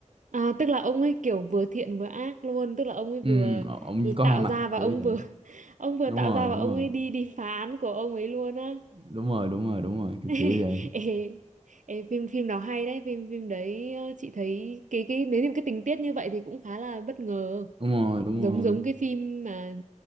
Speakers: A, on the right; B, on the right.
A: À, tức là ông ấy kiểu vừa thiện vừa ác luôn, tức là
B: <laughs>
A: ông ấy
B: ừ
A: vừa
B: ông có
A: tạo
B: hai mặt
A: ra và
B: kiểu
A: ông
B: vậy.
A: vừa <laughs> ông vừa
B: đúng
A: tạo
B: rồi
A: ra và
B: đúng
A: ông
B: rồi
A: ấy đi đi phá án của ông ấy luôn á.
B: đúng rồi đúng rồi đúng rồi kiểu
A: <laughs>
B: kiểu vậy
A: Ê, ê, phim phim đó hay đấy, phim phim đấy ờ, chị thấy cái cái nếu như cái tình tiết như vậy thì cũng khá là bất ngờ,
B: đúng rồi đúng
A: giống
B: rồi
A: giống cái phim mà